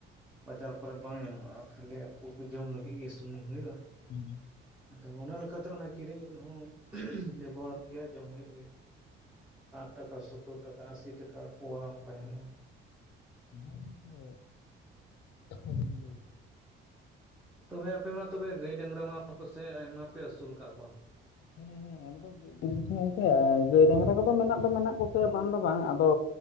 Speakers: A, in the centre; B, on the left.
A: ᱵᱟᱡᱟᱨ ᱠᱚᱨᱮ ᱵᱟᱝ ᱧᱟᱢᱚᱜᱼᱟ ᱠᱷᱟᱹᱞᱤ ᱟᱠᱚ ᱠᱚ ᱡᱚᱢ ᱞᱟᱹᱜᱤᱫ ᱜᱮ ᱥᱩᱢᱩᱝ ᱦᱩᱭᱩᱜᱼᱟ
B: ᱩ
A: ᱫᱚ ᱚᱱᱟ ᱞᱮᱠᱟᱛᱮ ᱚᱱᱟ ᱠᱤᱨᱤᱧ ᱩᱫ ᱦᱚᱸ ᱵᱮᱵᱚᱦᱟᱨ ᱜᱮᱭᱟ ᱡᱚᱢ ᱦᱩᱭᱩᱜ ᱜᱮᱭᱟ ᱥᱟᱴ ᱴᱟᱠᱟ ᱥᱳᱛᱳᱨ ᱴᱟᱠᱟ ᱟᱥᱤ ᱴᱟᱠᱟ ᱯᱳᱣᱟ ᱚᱱᱠᱟ ᱧᱟᱢᱚᱜᱼᱟ
B: ᱦᱮ ᱜᱚᱢᱠᱮ ᱟ. ᱰᱤ ᱤᱭᱟ.
A: ᱛᱚᱵᱮ ᱟᱯᱮ ᱢᱟ ᱛᱚᱵᱮ ᱜᱟᱹᱭ ᱰᱟᱝᱨᱟ ᱢᱟ ᱯᱟᱥᱮᱡ ᱟᱭᱢᱟ ᱯᱮ ᱟᱹᱥᱩᱞ ᱟᱠᱟᱫ ᱠᱚᱣᱟ
B: ᱦᱮᱸ ᱦᱮᱸ ᱟᱞᱮ ᱫᱚ <unintelligible> ᱜᱚᱝᱠᱮ ᱜᱟᱹᱭ ᱰᱟᱝᱨᱟ ᱠᱚᱫᱚ ᱢᱮᱱᱟᱜ ᱫᱚ ᱢᱮᱱᱟᱜ ᱠᱚᱜᱮᱭᱟ ᱵᱟᱝ ᱫᱚ ᱵᱟᱝ ᱟᱫᱚ